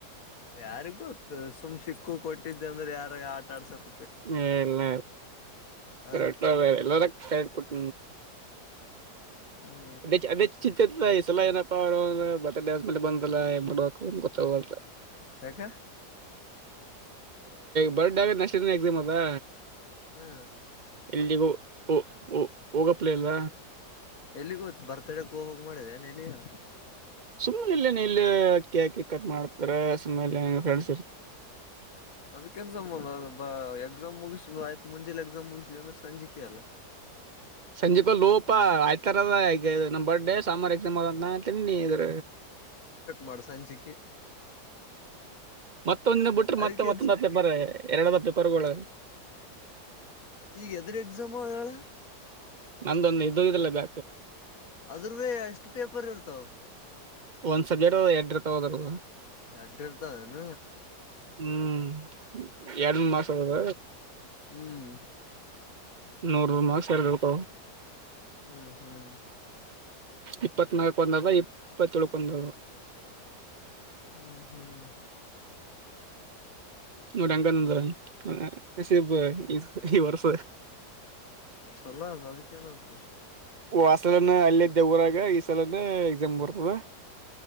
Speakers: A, on the left; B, on the right.
A: ಯಾರಿಗ ಗೊತ್ತು ಸುಮ್ ಸಿಕ್ಕು ಕೊಟ್ಟಿದ್ದೆ ಅಂದ್ರೆ ಯಾರ ಆಟ ಆಡ್ಸಕ್.
B: ಇಲ್ಲ ಇಲ್ಲ
A: ಹ
B: ಕರೆಕ್ಟೇರೆ ಎಲ್ಲ ಡ್ ಕೊಟ್ಟ
A: ಹ್ಮ್
B: ಅದ ಅದೇ ಚಿ ಈ ಸಲ ಏನಪ್ಪಾ ಅವರು ಬಡ ಮೇಲೆ ಬಂದಲ್ಲ ಮಾಡಬೇಕಕ್ ಗೊತ್ತಂತ
A: ಹಕ
B: ಬರ್ಡ್ಗ ನೆಷ್ಟಟ್ಿನ ಎಕ್ಸಾಮ್ ಅದಾ
A: ಹಾ
B: ಎಲ್ಲಿಲ್ಲಿಗೋ ಓ ಓಹ ಹೋಗಪ್ಲೆ ಎಲ್ಲ
A: ಎಲ್ಲಿಗೋತ್ತು ಬರ್ತಡಕ್ ಹೋಗಾಗ ಮಾಡಿದೆ ಏ ಎಲ್ಲಿಗಾರ
B: ಸುಮ್ಮ್ನೆ ಎಲ್ಲನ ಇಲ್ಲಿ ಕ್ಯಾಕಿ ಕಟ್ ಮಾಡ್ತಾರ ಸುಮ್ಮನೆ ಫ್ರಂಡ್ಸ್
A: ಅದಕ್ಕೆೇನ್ ಸಂಬಂಧ ಅ ಬ ಎಕ್ಸಾಮ್ ಮುಗ ತು ಆಯ್ತು ಮುಂಜೆಲಿ ಎಕ್ಸಾಮ್ ಮುಗಿದೆ ಅಂದ್ರೆ ಸಂಜಿಕೆ ಅಲ್ಲ
B: ಸಂಜೆಕೋ ಲೋಪ ಆಯ್ತ ತರದ ನಮ್ ಬರ್ಡೇ ಸಂಬಾರು ಎ ತಿನ್ನಿ ಇದ್ರ
A: ಮಡಸಂಚೆಕ
B: ಮತ್ತೊಂದ ದಿನ ಬಿಟ್ರೆ
A: ಅದಕ್ಕೆ
B: ಮತ್ತೆ ಮತ್ತೊಂದ ಪೇಪರ ಎರಡದ ಪೇಪರ್ಗಳ
A: ಈಗ ಎದ್ರ ಎಕ್ಸಾಮ್ ಅವ ಹೇಳಳ
B: ನಂದೊಂದು ಇದದುೋಗ್ರಲ್ಲ ಬ
A: ಅದ್ರ ಎಷ್ಟು ಪೇಪರ್ ಇರ್ತಾವ
B: ಒಂದ್ ಸಬ್ಜೆಟ್ ಎರಡರ್ ತಗೋದ
A: ಅಡ್ಡರ್ತಾವನ
B: ಹ್ಮ್ ಎರಡ್ ಮಾಸ ಅದ
A: ಹ್ಮ್
B: ನೂ ಹ ಮ ಸರ್ಗತ
A: ಹ್ಮ್ ಹ್ಮ್
B: ಇಪ್ಪತ್ನಾಲ್ಕು ನಲ್ ಇಪ್ಪತ್ತು ರಕಂಗ
A: ಹ್ಮ್ ಹ್ಮ್
B: ನೋಡಿ ಅಂಗನಂದಸೀಬ್ ಈ ಈ ವರ್ಷ
A: ಚಲ ಅದು ಅದಕ್ಕೇನನ್ಸ
B: ಓ ಆ ಸಲನ ಅಲ್ಲೇ್ದೆವರಾಗ ಈ ಸಲನ ಎಕ್ಸಾಮ್ ಬರ್ತದ